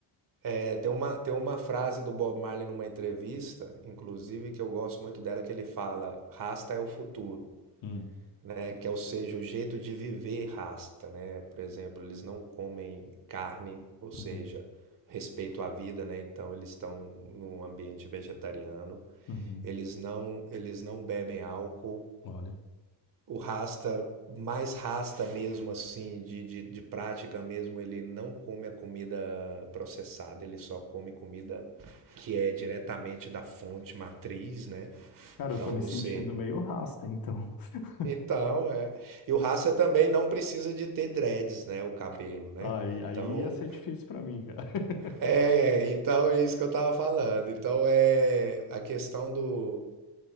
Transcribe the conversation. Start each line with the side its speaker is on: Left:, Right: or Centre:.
Right: é. Tem uma, tem uma frase do Bob Marley numa entrevista, inclusive, que eu gosto muito dela, que ele fala: Rasta é o futuro.
Left: Hum,
Right: né? Que é, ou seja, o jeito de viver rasta, né? Por exemplo, eles não comem carne, ou seja,
Left: uhum,
Right: respeito à vida, né? Então eles estão num ambiente vegetariano.
Left: uhum.
Right: Eles não, eles não bebem álcool.
Left: Olha.
Right: O rasta, mais rasta mesmo assim, de, de, de prática mesmo, ele não come a comida processada, ele só come comida que é diretamente da fonte matriz, né?
Left: Cara, eu
Right: Então,
Left: tô me
Right: ou
Left: sentindo
Right: seja,
Left: meio rasta, então. <laughs>
Right: Então, é. E o Raça também não precisa de ter dreads, né? O cabelo, né?
Left: Aí, aí
Right: Então,
Left: ia ser difícil para mim, cara. <laughs>
Right: é, então é isso que eu tava falando. Então, é a questão do